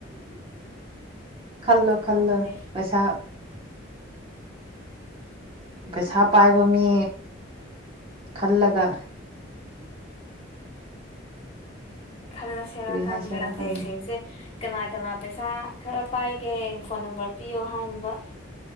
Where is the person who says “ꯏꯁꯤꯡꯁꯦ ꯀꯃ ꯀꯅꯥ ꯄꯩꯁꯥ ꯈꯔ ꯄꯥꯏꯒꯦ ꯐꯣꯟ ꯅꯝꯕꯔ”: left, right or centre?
Left